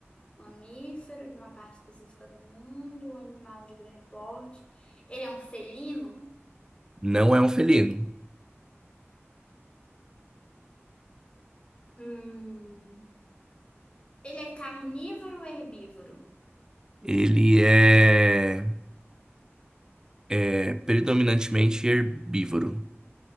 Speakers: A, on the left; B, on the right.
A: mamífero de uma parte específica do mundo, um animal de grande porte. Ele é um felino?
B: Não é um felino.
A: Hum, ele é carnívoro ou herbívoro?
B: Ele é, é predominantemente herbívoro.